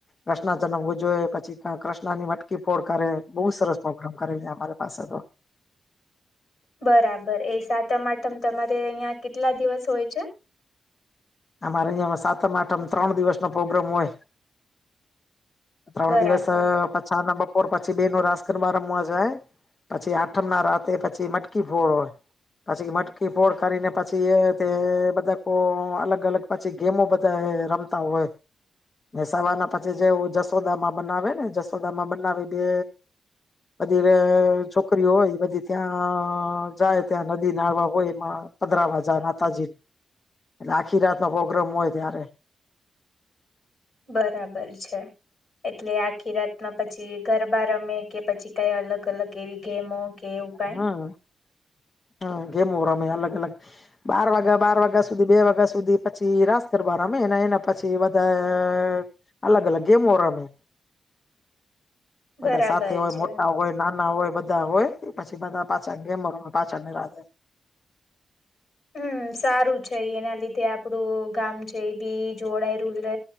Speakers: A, on the left (about 45°); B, on the left (about 70°).
A: પ્રશ્ના જન્મ જોએ પછી કૃષ્ણ ની મટકી ફોડ કરે બઉ સરસ પ્રોગ્રામ કરે અમારા પાશ તો
B: બરાબર એ સાતમ આઠમ તમારે અહિયાં કેટલા દિવસ હોય છે.
A: અમારે અહિયાં સાતમ આઠમ ત્રણ દિવસ નો પ્રોગ્રામ હોય. ત્રણ
B: બરાબર
A: દિવસ પછા ના પર પછી બેનો રાસ ગરબા રમવા જાય પછી આઠમ ના રાતે પછી મટકી ફોડ હોય પછી મટકી ફોડ કરીને પછી એ તે બધા ઓ અલગ અલગ પછી ગેમો બધા રમતા હોય ને સવાર ના પછી જવ જસ દામાં બનાવે ને જસોદામાં બનાવી બે બધી છોકરીઓ હોય બધી ત્યાં જાય ત્યાં નદી નાવા હોય એમાં પધરાવા જાય માતાજી. આખી રાતનો પ્રોગ્રામ હોય ત્યારે.
B: બરાબર છે. એટલે આખી રાતના પછી ગરબા રમે કે પછી કઈ અલગ અલગ એવી ગેમો. કે એવું કઈ
A: હમ હમ ગેમ રમે અલગ અલગ બાર વાગ્યા બાર વાગ્યા સુધી બે વાગ્યા સુધી પછી રાસ ગરબા રમે ને એના પછી બધા અલગ અલગ ગેમો રમે.
B: બરાબર
A: બધા સાથે હોય
B: છે.
A: મોટા હોય ના ના હોય બધા હોય પછી બધા પાચા ગયા મવા પાચાને રાતે
B: હમ સારું છે એના લીધે આપડું ગામ છે બી જોડાય રૂલ ર